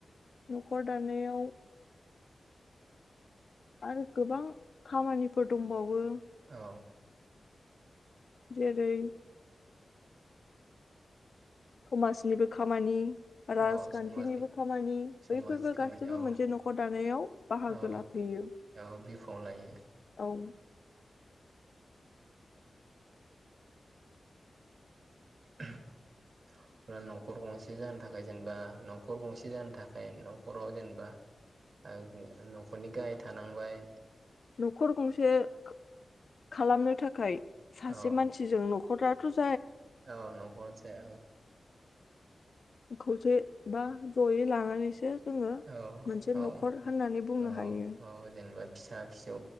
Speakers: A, on the left; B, on the right.
A: नखर दानायाव आरो गोबां खामानिफोर दंबावो
B: औ
A: जेरै समाजनिबो खामानि राजखान्थिनिबो
B: औ समाजनि
A: खामानि
B: समाज
A: बैफोरबो
B: खामानि
A: गासैबो
B: औ
A: मोनसे नखर दानायाव बाहागो
B: औ
A: लाफैयो
B: औ बिफाव लायो
A: औ
B: <unintelligible> नखर गंसे जानो थाखाय जेनेबा नखर गंसे जानो थाखाय नखराव जेनेबा ओ नखरनि गाहाय थानांबाय
A: नखर गंसे खा खालामनो थाखाय सासे
B: औ
A: मानसिजों नख <unintelligible>
B: औ नखर जाया औ
A: खौसे बा जयै लानानैसो जोङो
B: औ
A: मोनसे
B: औ
A: न'खर होननानै बुंनो
B: औ
A: हायो
B: औ जेनेबा फिसा फिसौ